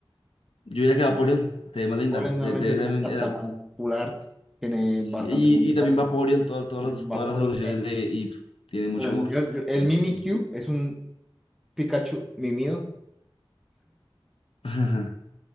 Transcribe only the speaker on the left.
Yo diría que Vaporeon te ve más
linda.
Se te
ve
también
el ar-
sí,
Y,
y también Vaporeon, todas todas
las,
todas las evoluciones
de Eve tienen mucho
amor.
Entonces,
sí.
<laughs>